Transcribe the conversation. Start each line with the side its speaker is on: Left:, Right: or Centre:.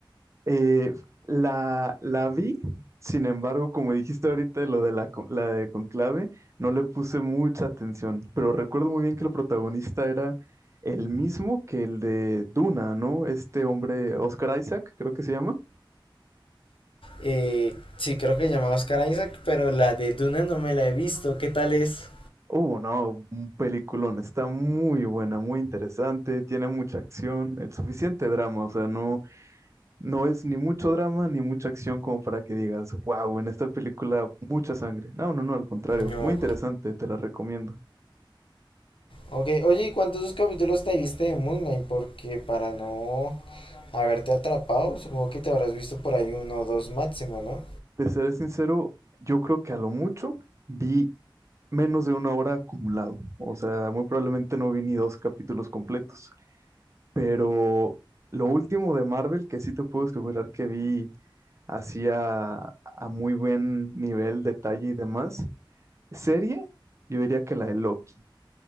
Right: Eh, la, la vi, sin embargo, como dijiste ahorita, lo de la, co- la de Conclave, no le puse mucha atención, pero recuerdo muy bien que el protagonista era el mismo que el de Duna, ¿no? Este hombre, Oscar Isaac, creo que se llama.
Left: Eh, sí, creo que se llama Oscar Isaac, pero la de Duna no me la he visto. ¿Qué tal es?
Right: Oh, no, un peliculón, está muy buena, muy interesante, tiene mucha acción, el suficiente drama, o sea, no... No es ni mucho drama ni mucha acción como para que digas, wow, en esta película mucha sangre. No, no, no, al contrario,
Left: No.
Right: muy interesante, te la recomiendo.
Left: Ok, oye, ¿y cuántos capítulos te viste de Moon Knight? Porque para no haberte atrapado, supongo que te habrás visto por ahí uno o dos máximo, ¿no?
Right: De seré sincero, yo creo que a lo mucho vi menos de una hora acumulado. O sea, muy probablemente no vi ni dos capítulos completos. Pero lo último de Marvel, que sí te puedo asegurar que vi hacía a a muy buen nivel, detalle y demás. Serie, yo diría que la de Loki.